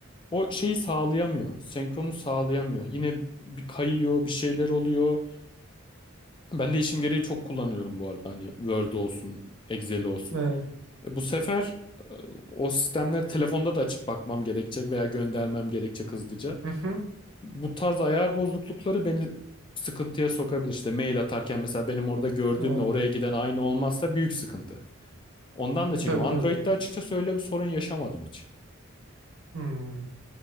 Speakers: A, on the left (about 25°); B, on the right (about 75°).
A: O şeyi sağlayamıyor. Senkronu sağlayamıyor. Yine bir kayıyor, bir şeyler oluyor. Ben de işim gereği çok kullanıyorum bu arada. Hani Word olsun, Excel olsun.
B: E,
A: E bu sefer e, o sistemleri telefonda da açıp bakmam gerekecek veya göndermem gerekecek hızlıca.
B: hı hı,
A: Bu tarz ayar bozuklukları beni sıkıntıya sokabilir. İşte mail atarken mesela benim orada gördüğümle
B: e,
A: oraya giden aynı olmazsa büyük sıkıntı. Ondan da
B: e,
A: çekim.
B: tabii
A: Android'de
B: tabii.
A: açıkçası öyle bir sorun yaşamadım hiç.
B: Hmm.